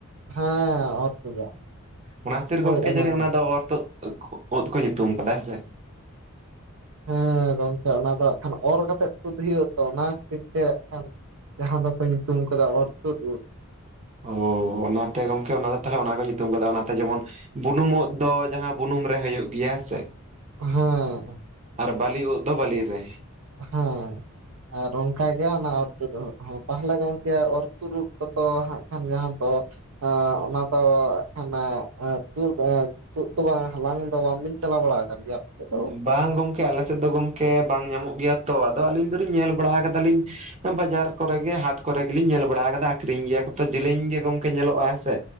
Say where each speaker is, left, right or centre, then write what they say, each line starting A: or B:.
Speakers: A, on the right; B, on the right.
A: ᱦᱮᱸ ᱚᱨᱛᱩᱫ ᱟᱜ
B: ᱚᱱᱟ ᱠᱷᱟᱹᱛᱤᱨ
A: ᱦᱳᱭ
B: ᱜᱚᱝᱠᱮ
A: ᱚᱱᱟᱜᱮ᱾
B: ᱡᱟᱹᱱᱤᱡ ᱚᱱᱟ ᱫᱚ ᱚᱨ ᱛᱳᱫ ᱳᱫᱽ ᱠᱚ ᱧᱩᱛᱩᱢ ᱟᱠᱟᱫᱟ ᱦᱮᱸ ᱥᱮ᱾
A: ᱦᱮᱸ ᱜᱚᱢᱠᱮ ᱚᱱᱟ ᱫᱚ ᱦᱟᱸᱜ ᱠᱷᱟᱱ ᱚᱨ ᱠᱟᱛᱮᱜ ᱛᱩᱫ ᱦᱩᱭᱩᱜ ᱟ ᱛᱚ ᱚᱱᱟ ᱠᱷᱟᱹᱛᱤᱨ ᱛᱮ ᱦᱟᱸᱜ ᱠᱷᱟᱱ ᱡᱟᱦᱟᱸ ᱫᱚᱠᱚ ᱧᱩᱛᱩᱢ ᱟᱠᱟᱫᱟ ᱚᱨ ᱛᱳᱫ ᱳᱫᱽ᱾
B: ᱚ ᱚᱱᱟᱛᱮ ᱜᱚᱝᱠᱮ ᱚᱱᱟ ᱫᱚ ᱛᱟᱦᱚᱞᱮ ᱚᱱᱟ ᱠᱚ ᱧᱩᱛᱩᱢ ᱠᱟᱫᱟ ᱚᱱᱟᱛᱮ ᱡᱮᱢᱚᱱ ᱵᱩᱱᱩᱢ ᱳᱫᱽ ᱫᱚ ᱡᱟᱦᱟᱸ ᱵᱩᱱᱩᱢ ᱨᱮ ᱦᱩᱭᱩᱜ ᱜᱮᱭᱟ ᱦᱮᱸ ᱥᱮ᱾
A: ᱦᱮᱸ
B: ᱟᱨ ᱵᱟᱞᱤ ᱳᱫᱽ ᱫᱚ ᱵᱟᱞᱤ ᱨᱮ᱾
A: ᱦᱮᱸ᱾ ᱟᱨ ᱚᱱᱠᱟ ᱜᱮ ᱚᱱᱟ ᱚᱨ ᱛᱳᱫ ᱳᱫᱽ ᱦᱚᱸ ᱛᱟᱦᱚᱞᱮ ᱜᱚᱝᱠᱮ ᱚᱨ ᱛᱳᱫ ᱳᱫᱽ ᱠᱚᱫᱚ ᱦᱟᱸᱜ ᱠᱷᱟᱱ ᱡᱟᱦᱟᱸ ᱫᱚ ᱚᱱᱟ ᱫᱚ ᱦᱟᱸᱜ ᱠᱷᱟᱱ <inaudible> ᱛᱳᱫ ᱫᱚ ᱵᱟᱝ ᱦᱟᱞᱟᱝ ᱫᱚ ᱵᱟᱝᱵᱤᱱ ᱪᱟᱞᱟᱣ ᱵᱟᱲᱟ ᱟᱠᱟᱱ ᱜᱮᱭᱟ? ᱫᱚ
B: ᱵᱟᱝ ᱜᱚᱝᱠᱮ ᱟᱞᱮ ᱥᱮᱫ ᱫᱚ ᱜᱚᱝᱠᱮ ᱵᱟᱝ ᱧᱟᱢᱚᱜ ᱜᱮᱭᱟ ᱛᱚ ᱟᱫᱚ ᱟᱹᱞᱤᱧ ᱫᱚᱞᱤᱧ ᱧᱮᱞ ᱵᱟᱲᱟ ᱠᱟᱫᱟᱞᱤᱧ᱾ ᱵᱟᱡᱟᱨ ᱠᱚᱨᱮ ᱜᱮ ᱦᱟᱴ ᱠᱚᱨᱮ ᱜᱮᱞᱤᱧ ᱧᱮᱞ ᱵᱟᱲᱟ ᱟᱠᱟᱫᱟ ᱟᱠᱷᱨᱤᱧ ᱜᱮᱭᱟ ᱠᱚ ᱛᱚ ᱡᱮᱞᱮᱧ ᱜᱮ ᱜᱚᱝᱠᱮ ᱧᱮᱞᱚᱜᱼᱟ ᱦᱮᱸ ᱥᱮ᱾